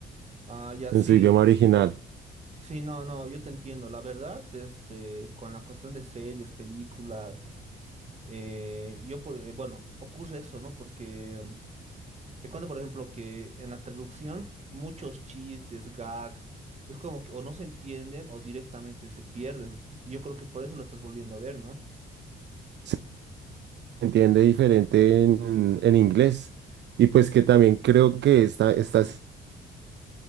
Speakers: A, on the right; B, on the right.
A: Ah, ya
B: en
A: sí.
B: su idioma
A: eh,
B: original.
A: Sí, no, no, yo te entiendo. La verdad, este, con la cuestión de series, películas, eh, yo por, eh, bueno, ocurre eso, ¿no? Porque mm, te cuento, por ejemplo, que en la traducción muchos chistes, gags, es como que o no se entienden o directamente se pierden. Yo creo que por eso lo estás volviendo a ver, ¿no?
B: Se entiende diferente en, en inglés. Y pues que también creo que esta, esta es